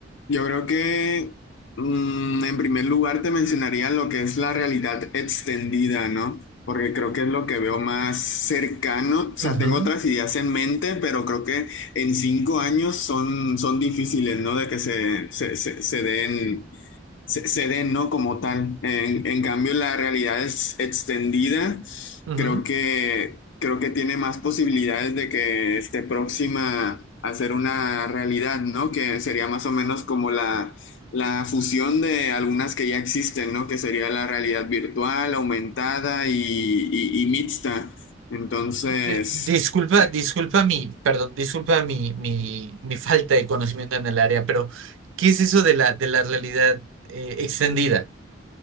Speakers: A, on the left; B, on the right.
A: yo creo que mm, en primer lugar te mencionaría lo que es la realidad extendida, ¿no? Porque creo que es lo que veo más cercano. O sea,
B: Ujú,
A: tengo otras ideas en mente, pero creo que en cinco años son, son difíciles, ¿no? De que se, se, se, se den. se, se den, ¿no? Como tal. En, en cambio, la realidad es extendida.
B: ujú.
A: Creo que, creo que tiene más posibilidades de que esté próxima a ser una realidad, ¿no? Que sería más o menos como la, la fusión de algunas que ya existen, ¿no? Que sería la realidad virtual, aumentada y, y- y mixta. Entonces,
B: Te- disculpa,
A: eh,
B: disculpa mi, perdón, disculpa mi, mi, mi falta de conocimiento en el área, pero ¿qué es eso de la, de la realidad eh, extendida?